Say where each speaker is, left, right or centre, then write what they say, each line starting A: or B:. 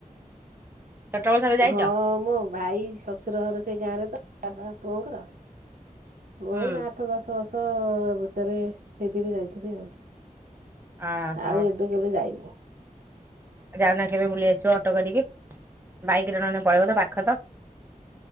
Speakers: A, on the right; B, on the right.
A: ଛୋଟବେଳୁ ଥରେ ଯାଇଛ
B: ହଁ ମୋ ଭାଇ ଶ୍ୱଶୁର ଘର। ସେଇ ଗାଁରେ ତ ବାବା ପୁଅଙ୍କର। ହୋ
A: ହୁଁ
B: ଆଠ ଦଶ ବର୍ଷ ହେବ। ଭିତରେ ସେଥିରେ ଯାଇଥିଲି ଆଉ।
A: ଓହୋ
B: ଆଉ, ଏବେ କେବେ ଯାଇନି।
A: ଯାଉନା କେବେ ବୁଲି ଆସିବ ଅଟୋ କରିକି? ବାଇକ୍‌ରେ ନହେନେ ପଳେଇବ। ତ, ପାଖ ତ।